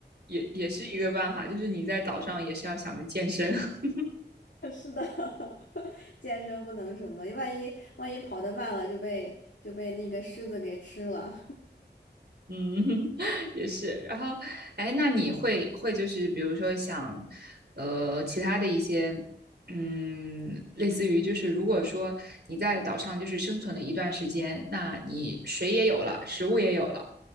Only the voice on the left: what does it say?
<laughs> 是的，<laughs> 健身不能什么，万一万一跑得慢了就被就被那个狮子给吃了。